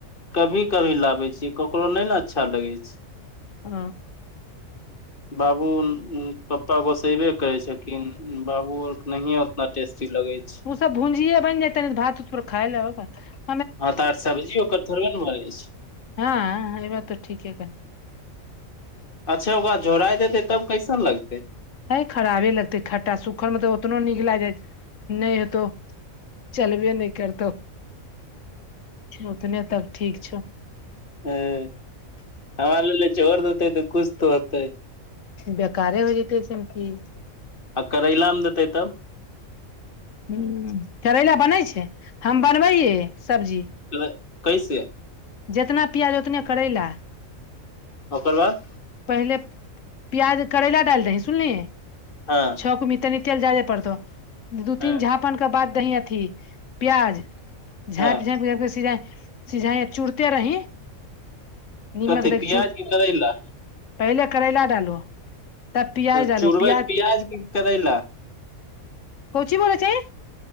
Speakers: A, on the left (about 40°); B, on the left (about 65°).
A: कभी कभी लाबै छिय ककरो नहि ने अच्छा लगै छै।
B: ओ
A: बाबून, पप्पा गोस्सैबे करय छथिन। बाबू आओरके नहिऐं ओतना टेस्टी लगै छै।
B: तब भुंजिये बनि जेतय नहि तऽ भात-उत पर खाय लेब <unintelligible>
A: हँ तऽ आर सब्जी ओकर थोड़बे ने बनय छै।
B: हँ एहिबात तऽ ठीके कह
A: अच्छा ओकरा झोराइ देतै तब कैसन लगतै?
B: हे खराबे लगतै खट्टा सुखल मे तऽ ओतनहो नीक लग जायइत। नहि हेतौ चलबे नहि करतौ। उतने तब ठीक छौ।
A: हें, हमरा लेगलै झोड़ देतै तऽ कुछ तऽ होतै।
B: बेकारे होइ जेतै <unintelligible>
A: आ करैला मे देतै तब?
B: हुं करैला बनै छै हम बनबै हिये सब्जी।
A: <unintelligible> कैसे?
B: जेतना पियाज उतनै करैला
A: ओकर बाद।
B: पहिले प्याज करैला डालि दिही सुनलिही।
A: हँ।
B: छौंकय मे तनी तेल जादे पड़तौ दू
A: हँ
B: तीन झापन के बाद दीही अथी प्याज झाइप
A: हँ
B: झाइप कैरके सीझाय सिझाही आ चुड़ते रही। निमक
A: कथी
B: दैके
A: पियाज
B: चूड़
A: की करैला?
B: पहिले करैला डालो। तब प्याज
A: तऽ
B: डालो
A: चूरबै
B: प्याज
A: पियाज की करैला?
B: कोन चीज बोलय छिही?